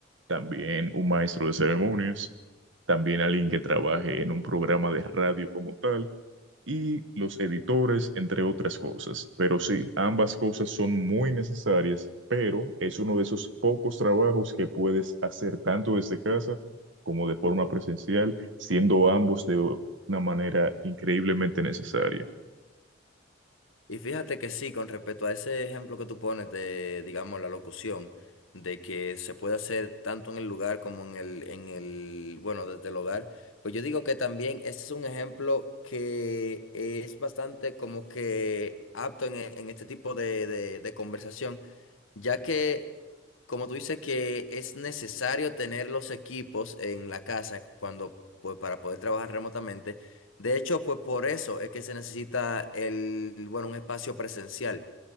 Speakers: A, on the right (about 65°); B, on the left (about 85°).
A: también un maestro de ceremonias, también alguien que trabaje en un programa de radio como tal, y los editores, entre otras cosas. Pero sí, ambas cosas son muy necesarias, pero es uno de esos pocos trabajos que puedes hacer tanto desde casa como de forma presencial, siendo ambos de una manera increíblemente necesaria.
B: Y fíjate que sí, con respecto a ese ejemplo que tú pones de, digamos, la locución, de que se puede hacer tanto en el lugar como en el, en el, bueno, desde el hogar, pues yo digo que también ese es un ejemplo que es bastante como que apto en, e- en este tipo de de- de conversación ya que Como tú dices que es necesario tener los equipos en la casa cuando, pues, para poder trabajar remotamente. De hecho, pues por eso es que se necesita el, bueno, un espacio presencial.